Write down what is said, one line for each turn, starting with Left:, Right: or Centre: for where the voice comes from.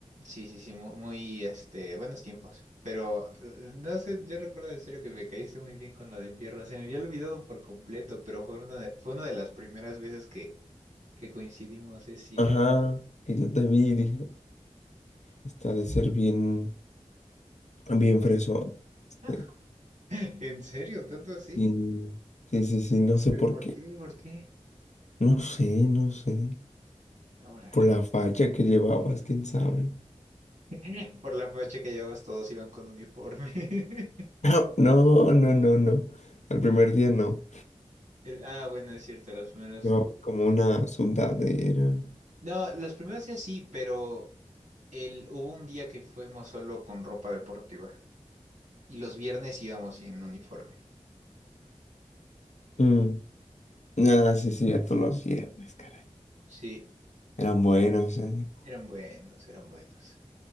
Right: sí, sí, sí, mu- muy, este, buenos tiempos. Pero eh, no sé, yo recuerdo en serio que me caíste muy bien con lo de Fierro. Se me había olvidado por completo, pero fue una de, fue una de las primeras veces que, que coincidimos, es cierto.
Left: Ajá. Que yo te vi y dije, está de ser bien, bien fresón.
Right: <laughs>
Left: Este,
Right: ¿En serio? ¿Tanto así?
Left: bien- Sí, sí, sí, no sé
Right: ¿Pero
Left: por
Right: por
Left: qué.
Right: qué? ¿Por qué?
Left: No sé, no sé.
Right: Ahora,
Left: Por la facha que llevabas, quién sabe.
Right: <laughs> por la facha que llevabas, todos iban con uniforme. <laughs>
Left: <laughs> No, no, no, no, no. Al primer día no.
Right: El- ah, bueno, es cierto, los primeros.
Left: Llevaba como una sudadera.
Right: No, los primeros días sí, pero el, hubo un día que fuimos solo con ropa deportiva. Y los viernes íbamos en uniforme.
Left: Mm. Ah, sí, sí. cierto, los viernes, caray.
Right: Sí,
Left: Eran buenos, eh.
Right: eran buenos, eran buenos.